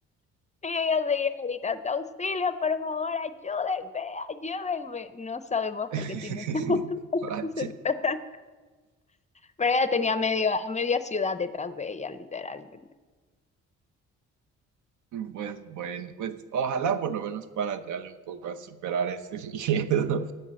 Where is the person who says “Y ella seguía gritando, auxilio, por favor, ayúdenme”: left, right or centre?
Left